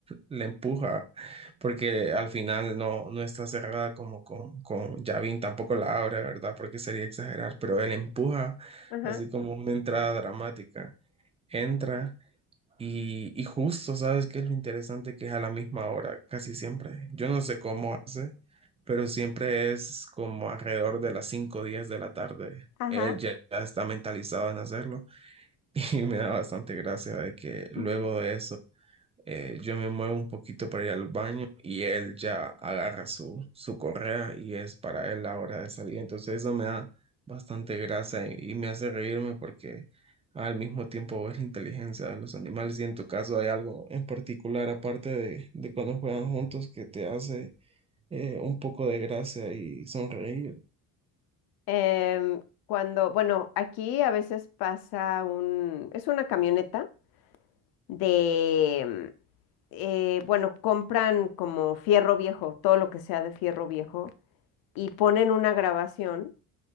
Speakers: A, on the right; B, on the left.
A: la empuja, porque al final no, no está cerrada como con, con Yavin, tampoco la abre, ¿verdad? Porque sería exagerar, pero él empuja,
B: Ajá.
A: así como una entrada dramática. Entra y, y justo, ¿sabes qué es lo interesante? Que es a la misma hora, casi siempre. Yo no sé cómo hace, pero siempre es como alrededor de las 5 o 10 de la tarde.
B: Ajá.
A: Él ya ya está mentalizado en hacerlo <laughs> Y me da bastante gracia de que luego
B: <laughs>
A: de eso eh, yo me muevo un poquito para ir al baño y él ya agarra su, su correa y es para él la hora de salir. Entonces eso me da bastante gracia y, y me hace reírme porque al mismo tiempo ves la inteligencia de los animales y en tu caso hay algo en particular aparte de, de cuando juegan juntos que te hace eh, un poco de gracia y sonreír.
B: Em, cuando, bueno, aquí a veces pasa un, es una camioneta de, eh, bueno, compran como fierro viejo, todo lo que sea de fierro viejo, y ponen una grabación